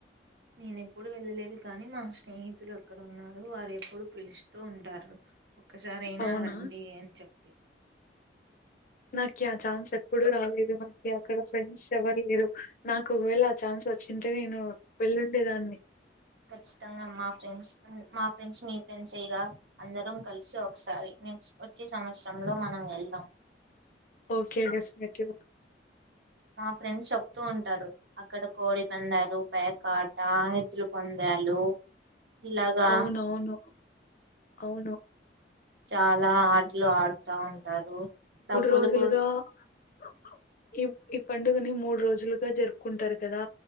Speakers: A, on the right; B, on the left.
A: నేను ఎప్పుడు వెళ్ళలేదు కానీ మా స్నేహితులు అక్కడ ఉన్నారు వారు ఎప్పుడు పిలుస్తూ ఉంటారు ఒక్కసారి అయినా
B: అవునా
A: రండి అని చెప్పి
B: నాకి ఆ ఛాన్స్ ఎప్పుడూ రాలేదు మనకి అక్కడ ఫ్రెండ్స్ ఎవరు లేరు నాకు ఒకవేళ ఆ ఛాన్స్ వస్ వచ్చింటే నేను వెళ్ళుండేదాన్ని
A: ఖచ్చితంగా మా ఫ్రెండ్స్ మా ఫ్రెండ్స్ మీ ఫ్రెండ్స్ఏగా అందరం కలిసి ఒకసారి నెక్స్ట్ వచ్చే సంవత్సరంలో మనం వెళ్దాం
B: ఓకే డెఫినెట్ గా
A: మా ఫ్రెండ్ చెప్తూ ఉంటారు అక్కడ కోడి పందాలు ప్యాకాట ఎద్దుల పందాలు ఇలాగా
B: అవునవును అవును
A: చాలా ఆటలు ఆడుతా ఉంటారు డబ్బులు
B: రోజులుగా
A: కు
B: <inaudible> ఈ ఈ పండుగని మూడు రోజులుగా జరుపుకుంటారు కదా